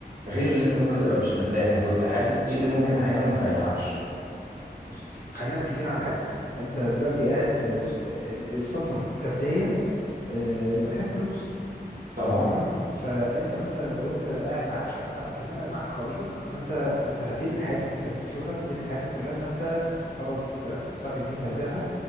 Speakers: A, on the right; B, on the left.
A: غير اللي أنت ممكن تبقى مش مرتاح يعني كنت حاسس إيه اللي ممكن حاجة ما تريحكش
B: بص خلينا متفقين على حاجه انت دلوقتي قاعد بص ال- السفر كبدايه آه، انت محتاج فلوس
A: طبعا
B: تمام فانت مثلا لو انت قاعد معاك شقه بتاعتك هنا معاك عربيتك فانت انت هتنقل حياتك انت هتسيب شغلك هتنقل حياتك كلها فانت خلاص انت الاسيتس بتاعتك دي انت هتبيعها